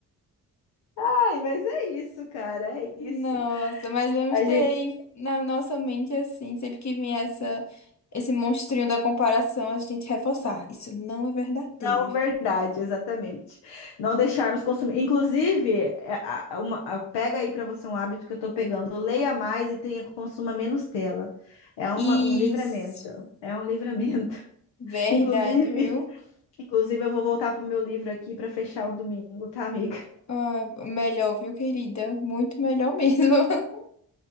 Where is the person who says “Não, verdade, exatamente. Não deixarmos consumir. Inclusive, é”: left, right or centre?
Left